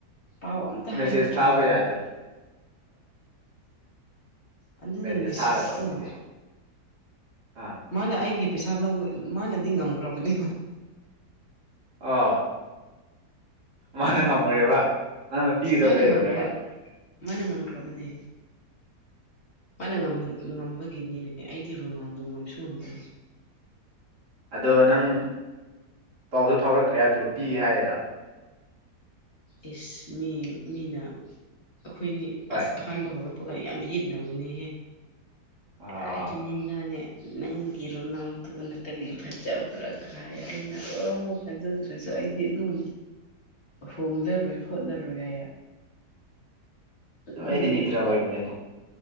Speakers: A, on the left; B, on the right.
A: ꯄꯥꯎ ꯑꯝꯇ
B: ꯃꯦꯁꯦꯁ
A: ꯍꯥꯏꯔꯛꯇ꯭ꯔꯕꯅꯤꯅꯦ
B: ꯊꯥꯕ ꯌꯥꯗꯕ
A: ꯑꯗꯨꯅꯦ
B: ꯕꯦꯁꯦ
A: ꯃꯦꯁꯦꯁꯇꯣ
B: ꯁꯥꯒ ꯇꯕꯅꯤꯅꯦꯦ ꯑꯥ
A: ꯃꯥꯅ ꯑꯩꯒꯤ ꯄꯩꯁꯥ ꯂꯧ ꯃꯥꯅꯗꯤ ꯉꯝꯈ꯭ꯔꯕꯗꯤ
B: ꯑꯥ ꯃꯥꯅ ꯉꯝꯃꯨꯔꯦꯕ ꯅꯪꯅ ꯄꯤꯒꯗꯕ
A: ꯃꯥꯅ
B: ꯂꯩꯔꯤꯕꯅꯦꯕ
A: ꯉꯝꯈ꯭ꯔ ꯃꯥꯅ ꯉꯝꯈ꯭ꯔꯕꯅꯦ ꯃꯥꯅ ꯉꯝꯕꯒꯤꯅꯤꯅꯦ ꯑꯩꯗꯤ ꯔꯣꯅꯥꯜꯗꯣ ꯉꯝꯁꯨ ꯉꯝꯗꯦ
B: ꯑꯗꯣ ꯅꯪ ꯄꯥꯎꯁꯨ ꯐꯥꯎꯔꯛꯇ꯭ꯔꯦ ꯍꯥꯏꯕꯗꯨꯣ ꯄꯤꯒꯦ ꯍꯥꯏꯔꯒ
A: ꯑꯦꯁ ꯃꯤ ꯃꯤꯅ ꯑꯩꯈꯣꯏꯅꯤ
B: ꯍꯣꯏ
A: ꯑꯁ ꯍꯟꯕ ꯍꯧꯔꯛꯄꯒ ꯌꯥꯝ ꯌꯦꯠꯅꯕꯅꯦꯍꯦ
B: ꯑ
A: ꯍꯥꯏ ꯑꯗꯨ ꯅꯤꯗꯥꯅꯦ ꯅꯪꯒꯤꯔꯨꯅꯥꯎꯗꯨꯅ ꯀꯔꯤ ꯐꯖ ꯄꯨꯔꯛꯈ꯭ꯔ ꯍꯥꯏ ꯑꯩꯅ ꯑꯣ ꯐꯖꯗ꯭ꯔꯁꯨ ꯑꯩꯗꯤ ꯑꯗꯨꯝ ꯍꯣꯡꯗꯔꯣꯏ ꯈꯣꯠꯂꯔꯣꯏ ꯍꯥꯏꯌꯦ
B: ꯑꯗꯨꯝ
A: ꯑꯗꯨ
B: ꯑꯩꯗꯤ ꯅ꯭ꯌꯨꯇ꯭ꯔꯦꯜ ꯑꯣꯏꯕꯅꯦꯗ